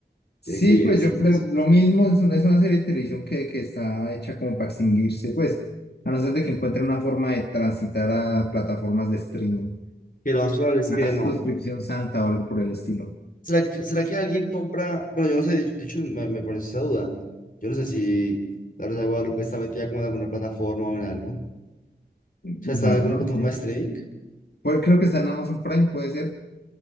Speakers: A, on the left; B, on the left.
A: Tiene
B: Sí,
A: que ir
B: pues
A: extinguiéndose.
B: yo creo lo mismo, es una, es una serie de televisión que, que está hecha como para extinguirse, pues, a no ser de que encuentren una forma de transitar a plataformas de streaming,
A: Que lo más probable es
B: una
A: que
B: suscripción
A: no.
B: santa o algo por el estilo.
A: ¿Será, que- será que alguien compra? Bueno, yo no sé. De hecho, me, me pones esa duda. Yo no sé si La Rosa de Guadalupe está metida como en alguna plataforma o en algo. O
B: La
A: sea, ¿está en alguna
B: verdad, no
A: plataforma
B: sé.
A: de streaming?
B: Pues creo que está en Amazon Prime, puede ser.